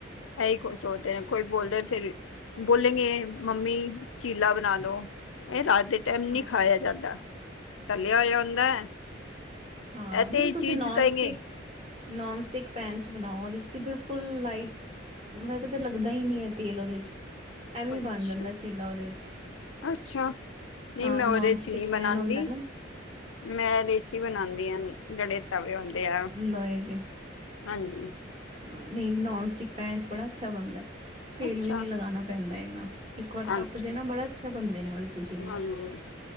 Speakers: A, on the left (about 85°); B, on the right (about 30°).
A: ਇਹੀ ਸੋਚਦੇ ਨੇ ਕੋਈ ਬੋਲਦੇ ਫਿਰ ਬੋਲੇ ਗਏ ਮੰਮੀ ਚੀਲਾ ਬਣਾ ਦੋ ਇਹ ਰਾਜ ਤੇ ਟਾਈਮ
B: ਹਾਂ
A: ਨੀ ਖਾਇਆ ਜਾਂਦਾ ਤਲਿਆ ਹੋਇਆ ਹੁੰਦਾ,
B: ਹਾਂ
A: ਇਹ ਤੇ
B: ਨਹੀਂ
A: ਇਹ
B: ਤੁਸੀਂ
A: ਚੀਜ਼
B: ਨੋਨ
A: ਕਹੇਗੇ
B: ਸਟਿਕ ਨੋਨ ਸਟਿਕ ਪੈਨ ' ਬਣਾਓ ਉਹਦੇਂ ਬਿਲਕੁਲ ਲਾਈਟ ਵੈਸੇ ਤਾਂ ਲੱਗਦਾ ਹੀ ਨਹੀਂ ਹੈ। ਤੇਲ ਉਹਦੇ ਚ ਐਵੇਂ
A: ਅੱਛਾ
B: ਬਣ ਜਾਂਦਾ ਚੇਲਾ ਉਹਦੇ ਚ
A: ਅੱਛਾ ਨਹੀਂ
B: ਹਾਂ
A: ਮੈਂ
B: ਨੋਨ
A: ਉਹਦੇ ਚ
B: ਸਟਿਕ
A: ਨਹੀਂ ਬਣਾਉਂਦੀ।
B: ਪੈਨ ਹੁੰਦਾ ਨਾ
A: ਮੈਂ ਲੇਚੀ ਬਣਾਉਂਦੀ ਹਾਂ ਜਿਹੜੇ ਤਵੇ ਹੁੰਦੇ ਆ
B: ਲਏ ਤੇ
A: ਹਾਂਜੀ
B: ਹ ਨਹੀਂ ਨੋਨ ਸਟਿਕ ਪੈਚ ਬੜਾ ਅੱਛਾ ਬਣਦਾ ਤੇਲ
A: ਅੱਛਾ।
B: ਵੀ ਨਹੀਂੀ ਲਗਾਣਾ ਪੈਂਦਾ ਇਨਾ ਇੱਕ ਵਾਰ
A: ਹਾਂਜੀ
B: ਤਪ ਜੇ ਨਾ ਬੜਾ ਅੱਛਾ ਬੰਦੇ ਨੇ ਉਹਦੇ ਚਚੀਲੇ
A: ਹਾਂਜੀ,